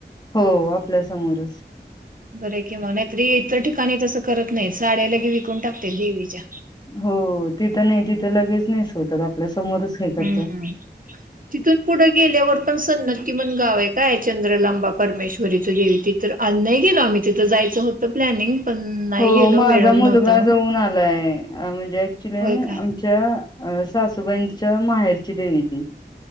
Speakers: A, on the left; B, on the right.
A: हो आपल्यासमोरच,
B: बरे किंवा नाहीतरी इतर, ठिकाणी तसं करत नाहीत साड्या लगे विकून टाकते देवीच्या,
A: हो तिथं नाही तिथं लगेच, नेसवतात आपल्या समोरच हे करतात.
B: हम्म, <unintelligible> तिथून पुढं गेल्यावर पण, सन्नती म्हणून एक गाव आहे, काय चंद्रलांबा परमेश्वरीचं जेव तित्र नाही गेलो आम्ही तिथं जायचं होतं प्लॅनिंग, पण नाही
A: हो
B: गेलो
A: माझा
B: वेळ
A: मुलगा
B: नव्हता म्हणून
A: जाऊन आलाय, म्हणजे ऍक्च्युली
B: होय काय
A: आमच्या, सासूबाईंच्या माहेरची देवी ती,